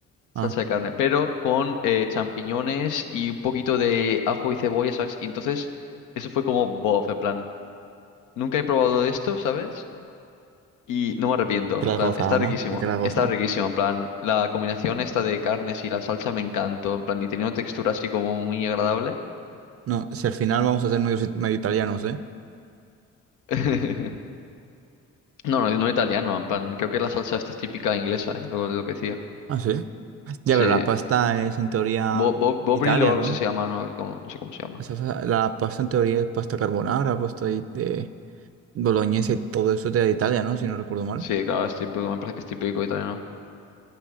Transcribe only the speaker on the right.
Ah,
te la
has gozado,
¿no? Y te la has gozado.
No, si al final vamos a ser medio, si, medio italianos, ¿eh?
Ah, sí. Ya,
pero la pasta es en teoría
Italia,
¿no?
O sea, la pasta en teoría es pasta carbonara, pasta de, de boloñesa y todo eso de Italia, ¿no? Si no recuerdo mal.